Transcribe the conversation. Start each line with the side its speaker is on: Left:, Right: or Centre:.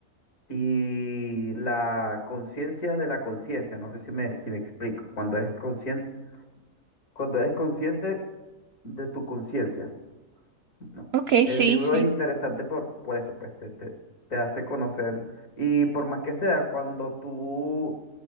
Left: y la conciencia de la conciencia. No sé si me, si me explico. Cuando eres consciente, cuando eres consciente de tu conciencia. No.
Right: ok,
Left: el
Right: sí,
Left: libro
Right: sí.
Left: es interesante por, por eso, pues te, te te hace conocer. Y por más que sea, cuando tú